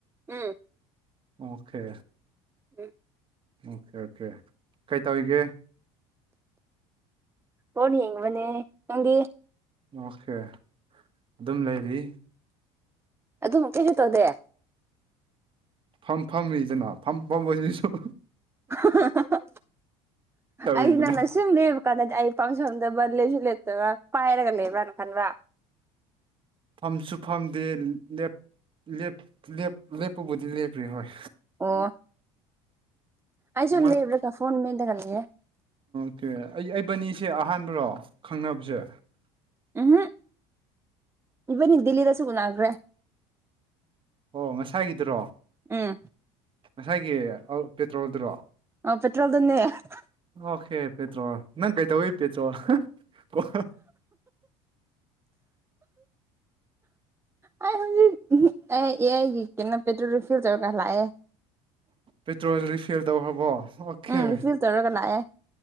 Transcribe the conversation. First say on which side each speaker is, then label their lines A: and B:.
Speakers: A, on the right (about 15°); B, on the right (about 35°).
A: ꯎꯝ
B: ꯑꯣꯀꯦ
A: ꯎꯝ
B: ꯑꯣꯀꯦ ꯑꯣꯀꯦ ꯀꯩ ꯇꯧꯔꯤꯒꯦ
A: ꯐꯣꯟ ꯌꯦꯡꯕꯅꯦ ꯅꯪꯗꯤ
B: ꯑꯣꯀꯦ ꯑꯗꯨꯝ ꯂꯩꯔꯤ
A: ꯑꯗꯨꯝ ꯀꯩꯁꯨ ꯇꯧꯗꯦ
B: ꯐꯝ ꯐꯝꯃꯤꯗꯅꯥ ꯐꯝ ꯐꯝꯕꯁꯤꯁꯨ
A: ꯍ ꯍ
B: ꯇꯧꯔꯤꯗꯅ
A: ꯑꯩꯅ ꯅꯁꯨꯝ ꯗꯦꯕ ꯀꯥꯟꯗꯗꯤ ꯑꯩ ꯄꯥꯡꯁꯪꯗꯕ ꯂꯦꯞꯁꯨ ꯂꯦꯞꯇꯕ ꯄꯥꯏꯔꯒ ꯂꯩꯕ꯭ꯔꯥꯅ ꯈꯟꯕ꯭ꯔ
B: ꯐꯝꯁꯨ ꯐꯝꯗꯦ ꯂꯦꯞ ꯂꯦꯞ ꯂꯦꯞ ꯂꯦꯞꯄꯕꯨꯗꯤ ꯂꯦꯞꯄꯤ ꯍꯣꯏ
A: ꯑꯣ ꯑꯩꯁꯨ
B: ꯃꯣꯏ
A: ꯂꯦꯞꯂꯒ ꯐꯣꯟ ꯃꯦꯠꯂꯒ ꯂꯩꯌꯦ
B: ꯑꯦ ꯑꯩ ꯑꯩꯕꯥꯅꯤꯁꯦ ꯑꯍꯥꯟꯕꯔꯣ ꯈꯪꯅꯕꯁꯦ
A: ꯎꯝꯍꯝ ꯏꯕꯅꯤ ꯗꯤꯜꯂꯤꯗꯁꯨ ꯎꯅꯈ꯭ꯔꯦ
B: ꯑꯣ ꯉꯁꯥꯏꯒꯤꯗꯨꯔꯣ
A: ꯎꯝ
B: ꯉꯁꯥꯏꯒꯤ ꯄꯦꯇ꯭ꯔꯣꯜꯗꯨꯔꯣ
A: ꯑꯣ ꯄꯦꯇ꯭ꯔꯣꯜꯗꯨꯅꯦ ꯑꯍꯥ ꯍꯥ
B: ꯑꯣꯀꯦ ꯄꯦꯇ꯭ꯔꯣꯜ ꯅꯪ ꯀꯩ ꯇꯧꯏ ꯄꯦꯇ꯭ꯔꯣꯜ ꯑꯣ
A: ꯑꯩ ꯍꯧꯖꯤꯛ ꯎꯍꯨꯝ ꯑꯦ ꯑꯦꯑꯩꯒꯤ ꯀꯩꯅꯣ ꯄꯦꯇ꯭ꯔꯣꯜ ꯔꯦꯐꯤꯜ ꯇꯧꯔꯒ ꯂꯥꯛꯑꯦ
B: ꯄꯦꯇ꯭ꯔꯣꯜ ꯔꯤꯐꯤꯜ ꯇꯧꯈ꯭ꯔꯕꯣ ꯑꯣꯀꯦ
A: ꯎꯝ ꯔꯤꯐꯤꯜ ꯇꯧꯔꯒ ꯂꯥꯛꯑꯦ